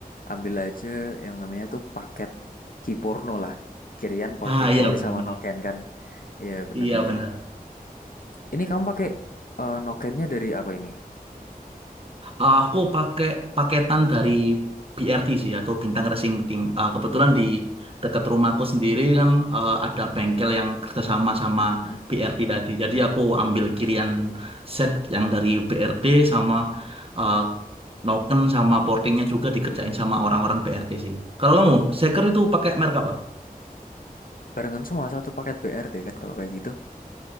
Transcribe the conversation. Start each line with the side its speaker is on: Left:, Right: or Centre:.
Left: ambil aja yang namanya tuh paket kiporno lah. Kirian Porting
Right: Ah iya
Left: Polis
Right: benar.
Left: sama Noken kan. Iya, yeah, bener-bener.
Right: Iya benar.
Left: Ini kamu pakai eh, Nokennya dari apa ini?
Right: Aku pakai paketan dari BRT sih atau Bintang Racing Team. Ah, kebetulan di dekat rumahku sendiri kan eh, ada bengkel yang kerjasama sama
Left: Hmm,
Right: BRT tadi. Jadi aku ambil kirian set yang dari BRT sama eh, noken sama portingnya juga dikerjain sama orang-orang BRT sih. Kalau kamu, seker itu pakai merek apa?
Left: Barengan semua satu paket BRT kan kalau kayak gitu.